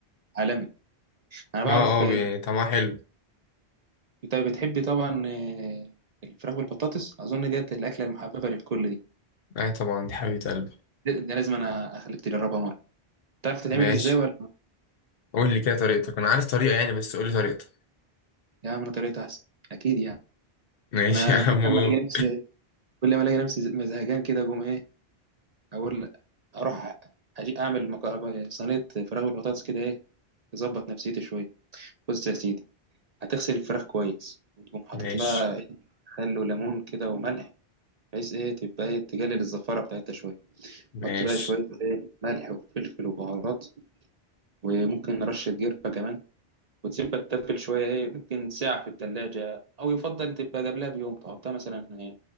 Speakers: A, on the right; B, on the left.
A: عالمي انا بعرف
B: اه اه
A: آه،
B: بي- طعمها حلو
A: انت بتحب طبعا آه، الفراخ بالبطاطس اظن ديت الاكله المحببه للكل دي
B: أي طبعا دي حبيبة قلبي
A: ده ده لازم انا اخليك تجربها مره تعرف تتعمل
B: ماشي
A: ازاي ولا
B: قول لي كده طريقتك أنا عارف طريقة يعني بس قول لي طريقتك
A: يا من طريقتها احسن اكيد يعني
B: <laughs> ماشي
A: انا
B: يا عم
A: كل
B: قول
A: ما الاقي نفسي كل ما الاقي نفسي زهقان كده اقوم ايه اقول اروح اجي اعمل مك- صينيه فراخ بالبطاطس كده ايه تظبط نفسيتي شويه بص يا سيدي هتغسل الفراخ كويس وتقوم حاطط
B: ماشي
A: لها إيه؟ خل وليمون كده وملح بحيث ايه تبقى ايه تقلل الزفاره بتاعتها شويه
B: ماشي
A: حط بقى شويه ايه ملح وفلفل وبهارات وممكن رشه قرفه كمان وتسيبها تتبل شويه ايه ممكن ساعه في التلاجة او يفضل تبقى قبلها بيوم تحطها مثلا إيه،